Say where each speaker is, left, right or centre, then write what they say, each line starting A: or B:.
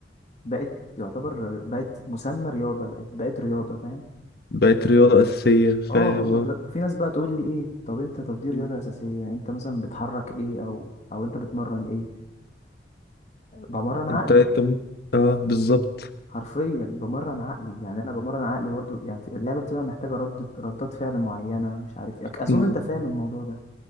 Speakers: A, on the left; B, on the left.
A: بقت يعتبر بقت مسمى رياضه بقت بقت رياضه فاهم
B: بقت رياضة أساسية فاهم
A: اه آه، ب- في ناس بقى تقول لي ايه طب انت طب دي رياضه
B: آه.
A: اساسيه يعني انت مثلا بتحرك ايه او او انت بتمرن ايه بمرن عقلي
B: انت انت ممكن اه بالظبط
A: حرفيا بمرن عقلي يعني انا بمرن عقلي برضو يعني في- اللعبه بتبقى محتاجه ردة ردات فعل معينه مش عارف إيه. اظن
B: مم.
A: انت فاهم الموضوع ده